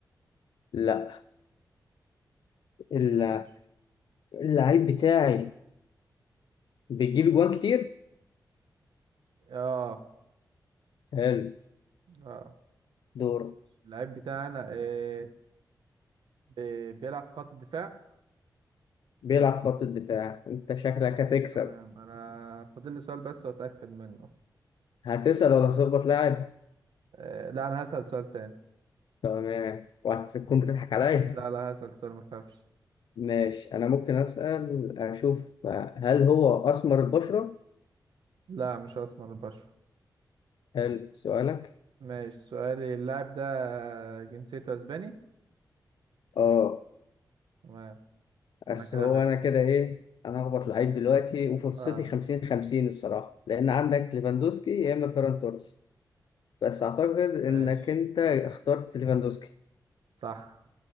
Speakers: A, on the left; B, on the right.
A: لا الل-
B: ماشي
A: اللعيب بتاعي بيجيب جوان كتير
B: اه
A: حلو
B: اه
A: دور
B: اللعيب بتاعي انا آه آه، بيلعب في خط الدفاع
A: بيلعب خط الدفاع انت شكلك هتكسب
B: تمام انا فاضل لي سؤال بس واتاكد منه
A: هتسأل ولا تخبط لاعب
B: آه لا انا هسال سؤال تاني
A: تمام وهتكون بتضحك عليا
B: لا لا هسال سؤال ما تخافش
A: ماشي انا ممكن أسأل اشوف هل هو اسمر البشرة
B: لا مش اسمر البشر
A: حلو سؤالك
B: ماشي سؤالي اللاعب ده جنسيته اسباني
A: اه
B: تمام
A: بس
B: انا كده
A: هو
B: عرفته
A: انا كده ايه انا هخبط لعيب دلوقتي وفرصتي
B: اه
A: 50 50 الصراحه لان عندك ليفاندوسكي يا اما فيران توريس بس اعتقد انك
B: ماشي
A: انت اخترت ليفاندوسكي
B: صح